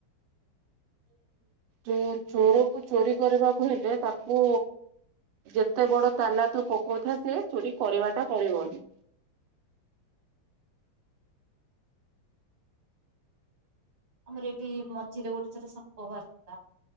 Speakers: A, on the right; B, on the right.
A: ଯୋଉ ଚୋରକୁୁ ଚୋରି କରିବାକୁ ହେଲେ ତାକୁ ଯେତେ ବଡ ତାଲା ତୁ ପକଉଥା ସେ ଚୋରି କରିବା ଟା କରିବ ହିଁ
B: ଆମର ଏଠି ମଝିରେ ଗୋଟେ ଥର ସାପ ବାହାରିଥିଲା